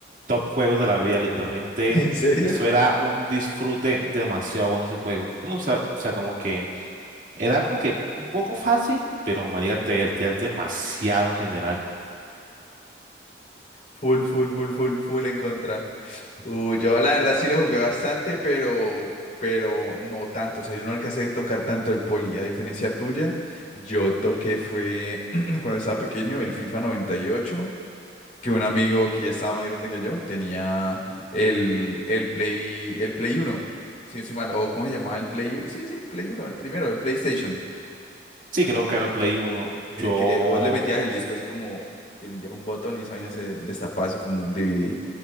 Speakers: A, on the right; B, on the left.
A: top juegos de la vida, literalmente.
B: <laughs> ¿En serio?
A: Eso era un disfrute demasiado bueno ese juego. Yo no sab- o sea, como que era como que un poco fácil, pero María te divertías demasiado en general.
B: Full, full, full, full, full en contra. Uh, yo la verdad sí lo jugué bastante, pero, pero no tanto. O sea, yo no alcancé a tocar tanto el poli. A diferencia tuya, yo toqué fue <clears throat> cuando estaba pequeño el FIFA noventa y ocho que un amigo que ya estaba más grande que yo tenía el, el Play, el Play uno si no estoy mal, o cómo se llamaba el Play, u- sí, sí, el Play uno el primero, el PlayStation,
A: Sí, creo que era el Play uno Yo
B: el que vos le metías el disco así como que un día un botón y esa vaina se destapaba así como un DVD.